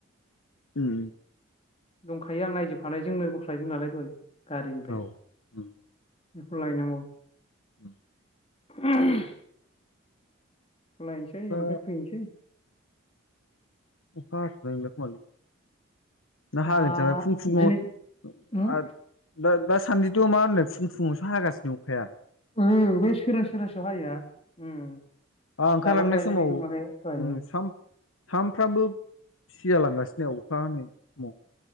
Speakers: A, on the left; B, on the left.
A: उम
B: दंखायो आं नायजोब खानाय जोंनो बोख्लायदों नालाय दहाय। गारिनिफ्राय
A: औ उम
B: बेखौ लायनांगौ।
A: उम
B: <unintelligible> लायनोसै
A: अखा
B: ओमफाय फैनोसै।
A: अखा हाथ'नाय नोंलाखोमालै। ना
B: हा
A: हागोनसो नामा फुं फुङाव
B: दिनै ओम
A: आद दाद दा सान्दिथ' मा होननो फुं फुङावसो हागासिनो अखाया।
B: उम बे सोरां सोरांसियाव हायोना उम।
A: बा ओंखारलांनाय
B: दालां बायलायनायखौनो
A: समाव उम
B: माने दहायो
A: साम-सामफ्रामबो सिजालांगासिनो अखा हानाय समाव।